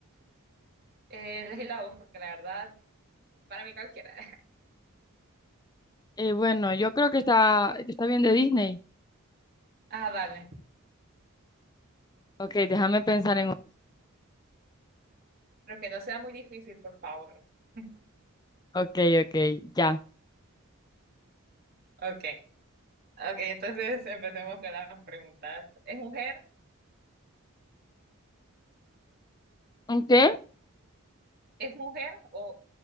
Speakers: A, on the right; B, on the left.
A: Eh, elegí la voz, porque la verdad, para mí cualquiera. <laughs>
B: Eh, bueno, yo creo que está, que está bien de Disney.
A: Ah, vale.
B: Ok, déjame pensar en uno.
A: Pero que no sea muy difícil, por favor. <laughs>
B: Ok, ok, ya.
A: Ok, ok, entonces empecemos con las preguntas. ¿Es mujer?
B: ¿Un qué?
A: ¿Es mujer o...?